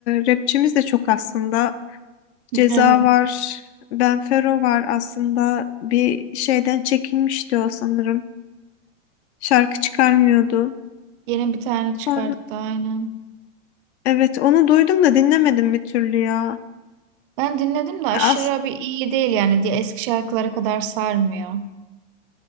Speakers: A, on the left; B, on the right.
A: rapçimiz de çok aslında. Ceza
B: Evet.
A: var. Benfero var aslında. Bir şeyden çekinmişti o sanırım. Şarkı çıkarmıyordu.
B: Yeni bir tane
A: Sonra
B: çıkarttı aynen.
A: evet onu duydum da dinlemedim bir türlü ya.
B: Ben dinledim de aşırı
A: Ya as-
B: bir iyi değil yani diye eski şarkılara kadar sarmıyor.